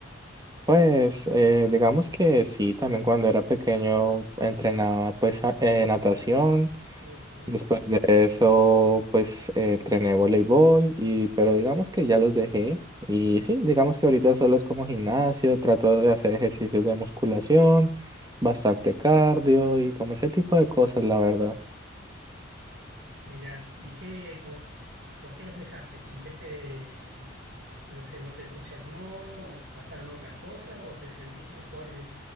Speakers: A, on the right (about 20°); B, on the right (about 70°).
A: Pues eh, digamos que sí, también cuando era pequeño entrenaba pues a- eh, natación.
B: Uh, qué lindo.
A: Después de eso, pues eh, entrené voleibol y, pero digamos que ya los dejé. Y sí, digamos que ahorita solo es como gimnasio, trato de hacer ejercicios de musculación, bastante cardio y como ese tipo de cosas, la verdad.
B: Mirá, ¿y qué, con- por qué los dejaste? ¿Con qué te, mm, no sé, no te entusiasmó o pasaron otras cosas o te sentís mejor